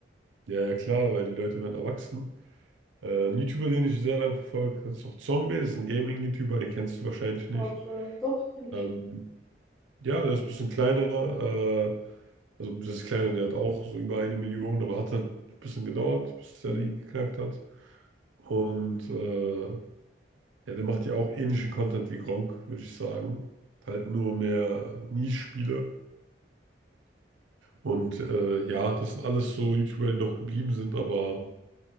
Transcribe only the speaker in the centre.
Ja, klar. Doch, finde
ich.
Mhm.